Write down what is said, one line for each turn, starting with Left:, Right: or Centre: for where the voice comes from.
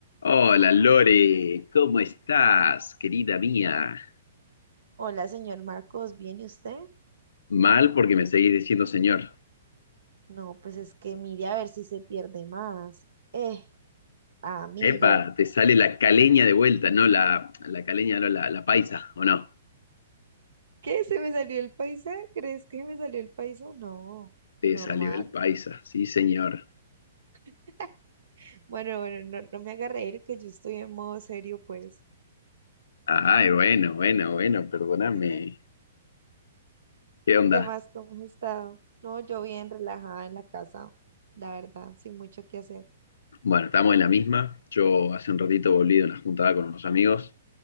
Left: Hola Lore, ¿cómo estás, querida mía?
Right: Hola, señor Marcos, ¿viene usted?
Left: Mal porque me seguís diciendo señor.
Right: No, pues es que mire a ver si se pierde más. Eh, amigo.
Left: Epa, te sale la caleña de vuelta, no la, la caleña, no la, la paisa, ¿o no?
Right: ¿Qué? ¿Se me salió el paisa? ¿Crees que me salió el paisa? No,
Left: Te
Right: normal.
Left: salió el paisa, sí señor.
Right: <laughs> Bueno, bueno, no, no me haga reír que yo estoy en modo serio, pues.
Left: Ay, bueno, bueno, bueno, perdóname.
Right: <laughs>
Left: ¿Qué onda?
Right: ¿Qué más? ¿Cómo has estado? No, yo bien relajada en la casa, la verdad, sin mucho que hacer.
Left: Bueno, estamos en la misma. Yo hace un ratito volví de una juntada con unos amigos